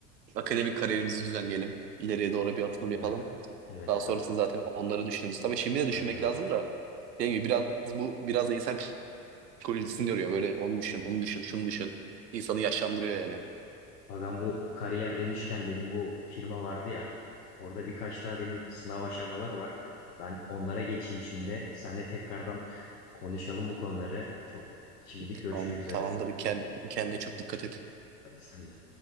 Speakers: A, on the right (about 75°); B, on the left (about 75°).
A: akademik kariyerimizi düzenleyelim. İleriye doğru bir atılım yapalım.
B: Evet. Evet
A: Daha
B: agam.
A: sonrasında zaten onları düşünürüz. Tabii şimdi de
B: Aynen
A: düşünmek
B: agam.
A: lazım da dediğim gibi biraz bu biraz da insan psikolojisini yoruyor. Böyle onu düşün, bunu düşün, şunu düşün. İnsanı yaşlandırıyor yani.
B: Abi ben bu kariyer demişken benim bu firma vardı ya. Orada birkaç daha benim sınav aşamaları var. Ben onlara geçeyim şimdi. Seninle tekrardan konuşalım bu konuları. Çok şimdilik
A: Tamam,
B: görüşmek üzere.
A: tamamdır. Kend, kendine çok dikkat et.
B: Sen de.